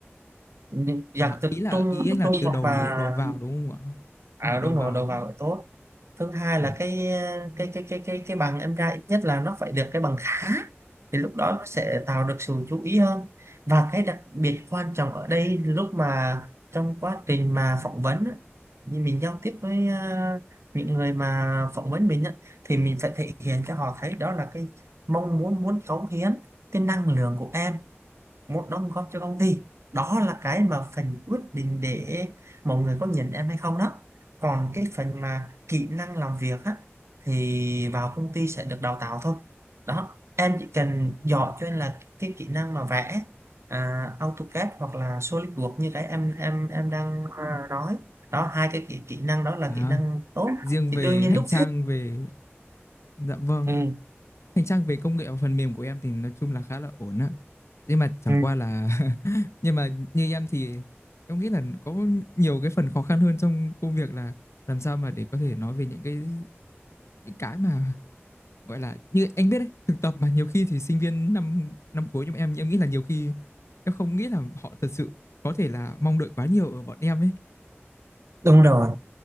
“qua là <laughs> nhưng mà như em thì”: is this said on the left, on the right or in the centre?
Left